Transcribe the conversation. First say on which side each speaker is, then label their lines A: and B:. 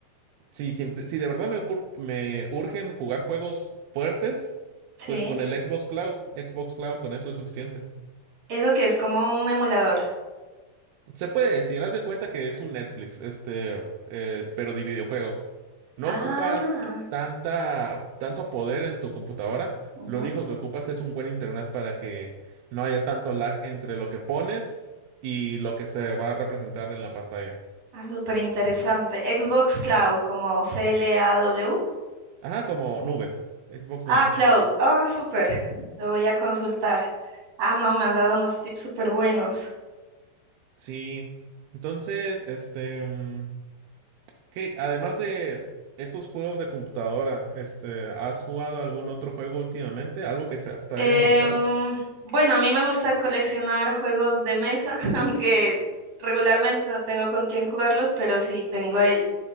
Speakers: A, on the right (about 80°); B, on the right (about 50°).
A: Si, si si de verdad me, ocur- me urgen jugar juegos fuertes,
B: Sí.
A: pues con el Xbox Cloud, Xbox Cloud, con eso es suficiente.
B: Eso que es como un emulador.
A: Se puede decir, haz de cuenta que es un Netflix, este, eh, pero de videojuegos. No
B: Ah,
A: ocupas tanta, tanto poder en tu computadora.
B: ujú.
A: Lo único que ocupas es un buen internet para que no haya tanto lag entre lo que pones y lo que se va a representar en la pantalla.
B: Ah, súper interesante. Xbox Cloud, como C L A W.
A: Ajá, como nube, Xbox
B: Ah,
A: Nube.
B: Cloud. Ah, súper. Lo voy a consultar. Ah, no, me has dado unos tips súper buenos.
A: Sí. Entonces, este. mm, ¿Qué? Además de esos juegos de computadora, este, ¿has jugado algún otro juego últimamente? ¿Algo que se- te
B: Em,
A: haya marcado?
B: bueno, a mí me gusta coleccionar juegos de mesa, <laughs> aunque regularmente no tengo con quién jugarlos, pero sí tengo el